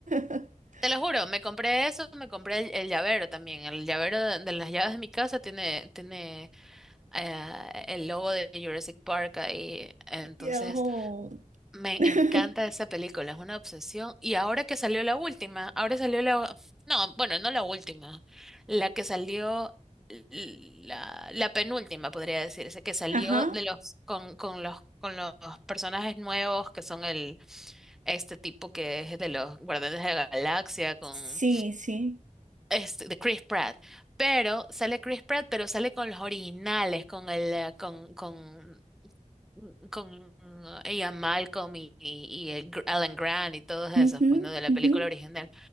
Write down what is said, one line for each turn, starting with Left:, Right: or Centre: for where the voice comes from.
Right: <laughs>
Centre: Te lo juro, me compré eso, me compré el, el llavero también. El llavero de, de las llaves de mi casa tiene, tiene eh, el logo de Jurassic Park ahí. Entonces,
Right: Yo-
Centre: me
Right: <laughs>
Centre: encanta esa película, es una obsesión. Y ahora que salió la última, ahora salió la... No, bueno, no la última, la que salió, l- la, la penúltima, podría decirse, que salió
Right: Ajá.
Centre: de los, con, con los, con los personajes nuevos, que son el, este tipo que es de los Guardianes de la Galaxia, con
Right: Sí, sí.
Centre: este, de Chris Pratt. Pero sale Chris Pratt, pero sale con los originales, con el, eh, con, con con ella Malcolm y, y, y el Gr- Alan Grant y todos esos,
Right: Ujú,
Centre: pues no, de la
Right: ujú.
Centre: película original.